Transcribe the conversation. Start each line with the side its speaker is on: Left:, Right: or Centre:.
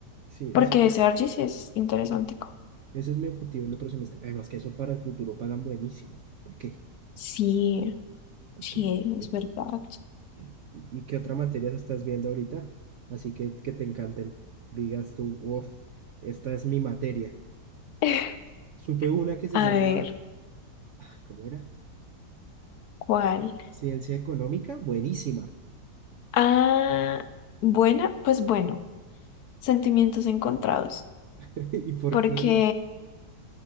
Right: Sí,
Left: porque
Right: ese,
Left: ese archis es interesante.
Right: Ese es mi objetivo el otro semestre. Además que eso para el futuro pagan buenísimo. ¿Por qué?
Left: Sí,
Right: ¿Por
Left: sí,
Right: qué? ¿Por qué?
Left: es verdad.
Right: ¿Y, y qué otra materia estás viendo ahorita? Así que que te encanten. Digas tú, uff, esta es mi materia.
Left: <laughs>
Right: Supe una que se llama,
Left: A ver,
Right: ah, ¿cómo era?
Left: ¿cuál?
Right: Ciencia económica, buenísima.
Left: Ah, buena, pues bueno, sentimientos encontrados.
Right: <laughs> ¿Y por
Left: Porque,
Right: qué?